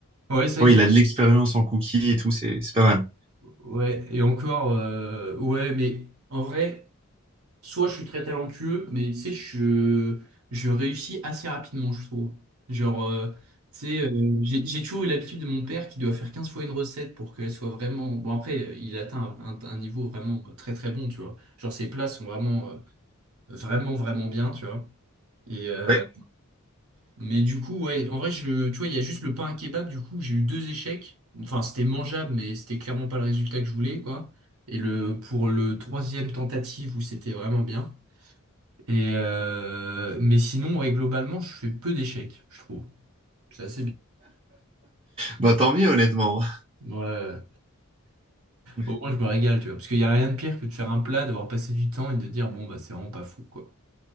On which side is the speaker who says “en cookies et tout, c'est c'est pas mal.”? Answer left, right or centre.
Right